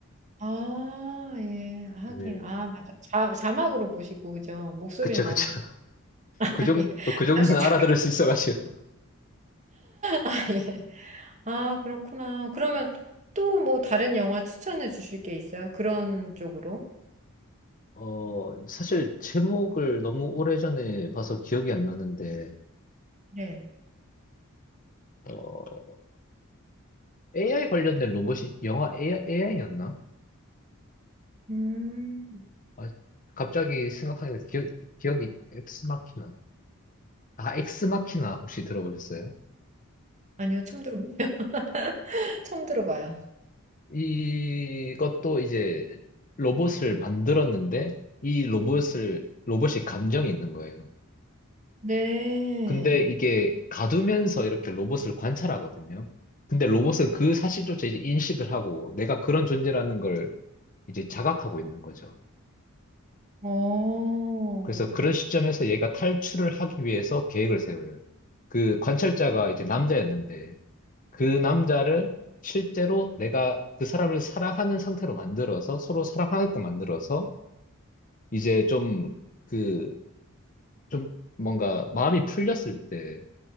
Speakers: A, on the right; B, on the left.
A: 아, 예. 하긴.
B: 네.
A: 아, 맞아. 자, 자막으로 보시고, 그죠? 목소리는
B: 그쵸,
A: 나오니까.
B: 그쵸. <laughs>
A: <laughs> 아,
B: 그 정도,
A: 예.
B: 그 정도는
A: 잠시 잠깐.
B: 알아들을 수 있어가지고.
A: 아, 예. 아, 그렇구나. 그러면 또 뭐 다른 영화 추천해 주실 게 있어요? 그런 쪽으로?
B: 어, 사실 제목을 너무 오래전에 봐서 기억이 안 나는데,
A: 네.
B: 어, AI 관련된 로봇이 영화 AI, AI였나?
A: 음,
B: 아, 갑자기 생각하니까 기억, 기억이 엑스마키나. 아, 엑스마키나 혹시 들어보셨어요?
A: 아니요. 처음 들어봐요. <laughs> 처음 들어봐요.
B: 이것도 이제 로봇을 만들었는데 이 로봇을 로봇이 감정이 있는 거예요.
A: 네.
B: 근데 이게 가두면서 이렇게 로봇을 관찰하거든요. 근데 로봇은 그 사실조차 이제 인식을 하고 내가 그런 존재라는 걸 이제 자각하고 있는 거죠.
A: 어,
B: 그래서 그런 시점에서 얘가 탈출을 하기 위해서 계획을 세워요. 그 관찰자가 이제 남자였는데 그 남자를 실제로 내가 그 사람을 사랑하는 상태로 만들어서 서로 사랑하게끔 만들어서 이제 좀 그, 좀 뭔가 마음이 풀렸을 때